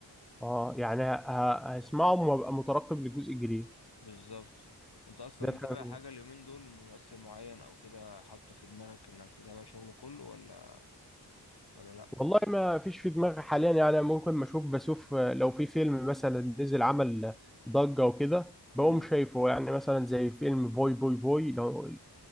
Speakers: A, in the centre; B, on the left.
A: اه يعني ه... هسمعه وابقى مترقب للجزء الجديد
B: بالظبط أنت أصلا
A: ده
B: متابع
A: حاجه
B: حاجة اليومين دول ممثل معين أو كده حاطه في دماغك إنك تتابع شغله كله ولا ولا لأ؟
A: والله ما فيش في دماغي حاليا يعني ممكن ما اشوف بشوف لو في فيلم مثلا نزل عمل ضجة وكده
B: مم.
A: بقوم شايفه يعني مثلا زي فيلم فوي فوي فوي لو